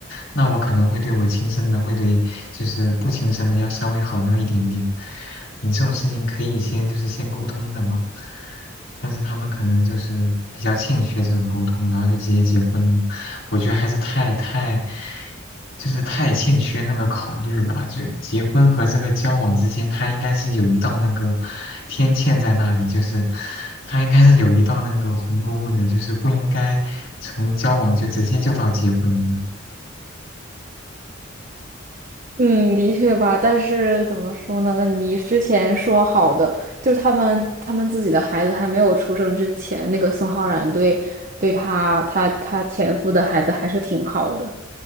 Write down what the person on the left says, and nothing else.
那我可能会对我亲生的会对就是不亲生的要稍微好那么一点点。你这种事情可以先就是先沟通的嘛，但是他们可能就是比较欠缺这种沟通，然后就直接结婚了。我觉得还是太太就是太欠缺那个考虑了，就结婚和这个交往之间，他应该是有一道那个天堑在那里，就是他应该是有一道那个鸿沟的，就是不应该从交往就直接就到结婚的。